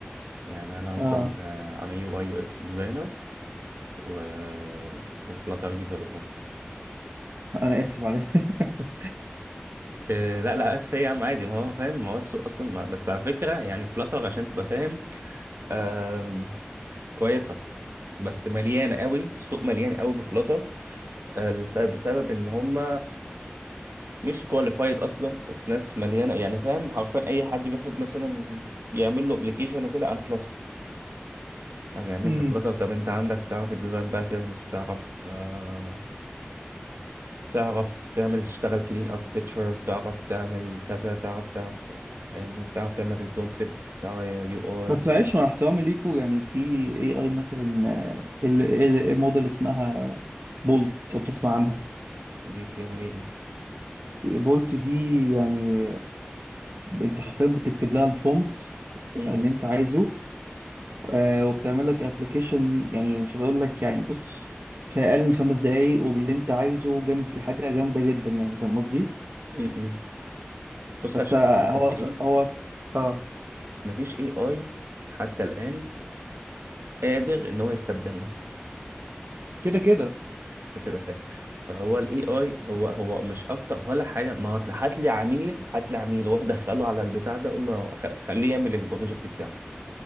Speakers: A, on the right; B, on the right.
A: يعني انا اصلا
B: اه
A: آه، انا يو اي يو اكس ديزاينر و وفلاتر ديفلوبر
B: انا اسف عليك <laughs>
A: إيه لا لا اسف إيه يا عم عادي ما هو فاهم ما هو السوق اصلا ما بس على فكره يعني فلاتر عشان تبقى فاهم آم، كويسه بس مليانه قوي السوق مليان قوي بفلاتر آه لسبب بسبب ان هم مش كواليفايد اصلا وفي ناس مليانه يعني فاهم حرفيا اي حد بياخد مثلا يعمل له ابلكيشن وكده انا فلاتر طب يا عم
B: مم.
A: انت فلاتر طب انت عندك تعرف الديزاين باترنز تعرف آه، تعرف تعمل تشتغل كلين اركتكتشر تعرف تعمل كذا تعرف تعرف يعني فاهمني بتعرف تعمل ريسبونسيف بتاع يو اي
B: بس معلش مع احترامي ليكوا يعني في اي اي مثلا آه، ال- ال- الموديل اسمها بولت لو بتسمع عنها
A: دي بتعمل ايه دي
B: بولت دي يعني انت حرفيا بتكتب لها البرومبت
A: م-م.
B: اللي انت عايزه آه وبتعمل لك ابلكيشن يعني مش هقول لك يعني بص في اقل من خمس دقايق وباللي انت عايزه جامد حاجه جامده جدا يعني فاهم قصدي
A: م-م. بص
B: بس
A: عشان
B: آه،
A: نبقى متفقين
B: هو هو اه
A: مفيش اي اي حتى الان قادر ان هو يستبدلنا
B: كده كده
A: عشان تبقى فاهم فهو الاي اي هو هو مش اكتر ولا حاجه ما هو هات لي عميل هات لي عميل واروح ادخله على البتاع ده اقول له خ- خليه يعمل البروجكت بتاعه